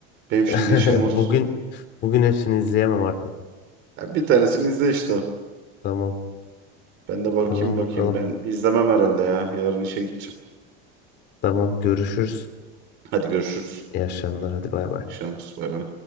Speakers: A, on the right; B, on the left.
A: Benim
B: <laughs>
A: şimdi işim
B: Bugün
A: var.
B: bugün hepsini izleyemem artık.
A: Ya bir tanesini izle işte.
B: Tamam.
A: Ben de bakayım
B: Tamam
A: bakayım.
B: bakalım.
A: Ben izlemem herhalde ya. Yarın işe gideceğim.
B: Tamam görüşürüz.
A: Hadi görüşürüz.
B: İyi akşamlar. Hadi bay bay.
A: İyi şans. Bay bay.